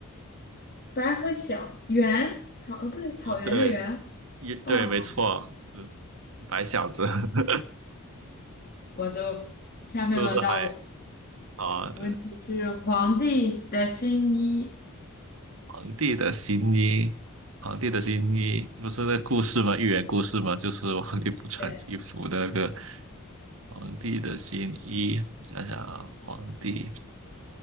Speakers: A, on the left; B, on the right.
A: 白和小圆草，呃，不对，草原的原。
B: 哦，对，一对，
A: 哦，好，
B: 没错，嗯，白小子 <laughs>
A: 我都，下面轮到我。
B: 是不是还好啊？
A: 问题是皇帝的新衣，
B: 皇帝的新衣，皇帝的新衣不是那个故事吗？寓言故事吗？就是皇帝不穿衣服的那个
A: 对，
B: 皇帝的新衣。想想啊，皇帝，